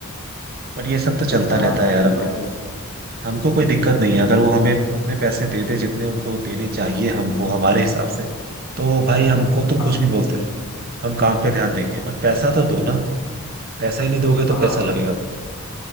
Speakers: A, on the right (about 45°); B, on the left (about 85°).
A: बट ये सब तो चलता
B: हाँ
A: रहता
B: हाँ
A: है यार
B: यही
A: अब
B: बात
A: देखो
B: है
A: हमको कोई दिक्कत नहीं है अगर वो हमें उतने पैसे दे दे जितने उनको देने चाहिए हमको हमारे हिसाब से तो भाई हमको तुम
B: हाँ
A: कुछ भी बोलते रहो हम काम पे ध्यान देंगे बट पैसा तो दो ना पैसा ही नहीं दोगे तो
B: हाँ
A: कैसा लगेगा
B: बिल्कुल
A: फिर